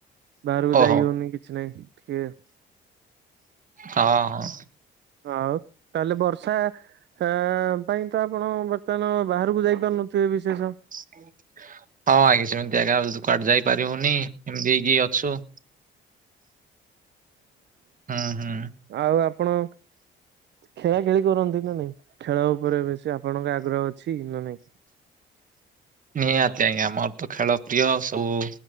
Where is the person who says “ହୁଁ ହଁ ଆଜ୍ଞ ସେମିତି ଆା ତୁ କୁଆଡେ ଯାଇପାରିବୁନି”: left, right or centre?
Right